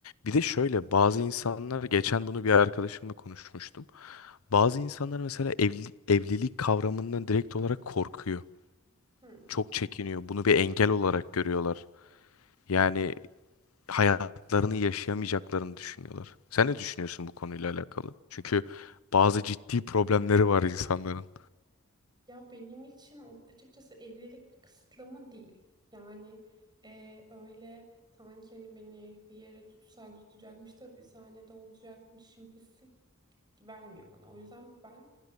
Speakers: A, on the left; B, on the right.
A: Bir de şöyle bazı insanlar geçen bunu bir arkadaşımla konuşmuştum. Bazı insanlar mesela evli, evlilik kavramından direkt olarak korkuyor.
B: Hı.
A: Çok çekiniyor. Bunu bir engel olarak görüyorlar. Yani hayatlarını yaşayamayacaklarını düşünüyorlar. Sen ne düşünüyorsun bu konuyla alakalı? Çünkü bazı ciddi problemleri var insanların.
B: Ya benim için açıkçası evlilik bir kısıtlama değil. Yani e, öyle sanki hani beni bir yere tutsak tutacakmış da bir sahnede olacakmışım hissi vermiyor bana. O yüzden ben